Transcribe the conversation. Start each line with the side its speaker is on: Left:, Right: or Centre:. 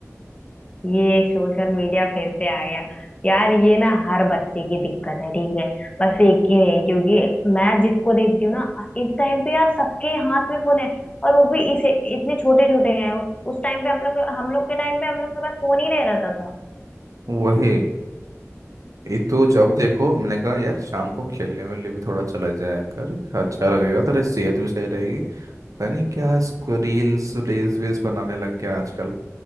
Left: ये सोशल मीडिया फिर से आ गया यार ये ना हर बच्चे की दिक्कत है ठीक है बस एक की नहीं क्योंकि मैं जिसको देखती हूँ ना इस टाइम पे यार सबके हाथ में फोन है और वो भी इसे इतने छोटे छोटे हैं उस टाइम पे हम लोग हम लोग के टाइम पे हम लोग के पास फोन ही नहीं रहता था
Right: है वही ये तो जब देखो मैंने कहा यार शाम को खेलने वेलने भी थोड़ा चला जाया कर अच्छा लगेगा तेरी सेहत भी सही रहेगी पता नहीं क्या इसको रील्स रील्स वील्स बनाने लग गया आजकल